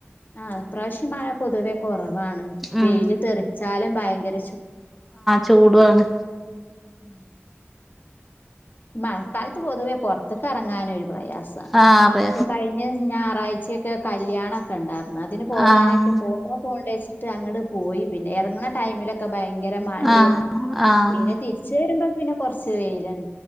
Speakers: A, on the left; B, in the centre.
A: ആ ഈ പ്രാവശ്യം മഴ പൊതുവെ കുറവാണ്
B: ഉം
A: വെയില് തെറിച്ചാലും ഭയങ്കര
B: ചൂടാണ്
A: ഉം മഴക്കാലത്ത്, പൊതുവേ പുറത്തക്ക് അറങ്ങാൻ ഒരു പ്രയാസാണ്
B: ആഹ് അതെ
A: ഇപ്പൊ കഴിഞ്ഞ ഞാറാഴ്ച ഒക്കെയുണ്ടായിരുന്നു, അതിന് പോവാനൊക്കെ
B: ആഹ്
A: പോണോ പോണ്ടേച്ചിട്ട് അങ്ങട് പോയി പിന്നെ ഇറങ്ങണ ടൈ ഭയങ്കര മഴയായിരുന്നു
B: ആഹ് ആഹ്
A: പിന്നെ തിരിച്ച് വരുമ്പോ പിന്നെ കൊർച് വൈലെന്നു